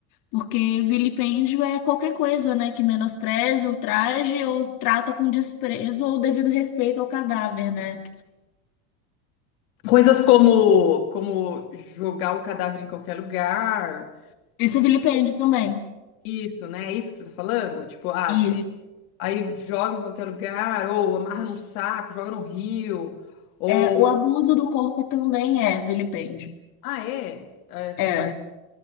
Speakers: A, on the left; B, on the left.
A: Porque vilipêndio é qualquer coisa, né, que menospreze, ultraje ou trata com desprezo ou devido respeito ao cadáver, né?
B: Coisas como, como jogar o cadáver em qualquer lugar,
A: Isso é vilipêndio também.
B: isso, né? É isso que você tá falando? Tipo, ah,
A: Isso.
B: se aí joga em qualquer lugar, ou amarra num saco, joga no rio, ou.
A: É, o abuso do corpo também é vilipêndio.
B: Ah, é? é Essa
A: É,
B: parte.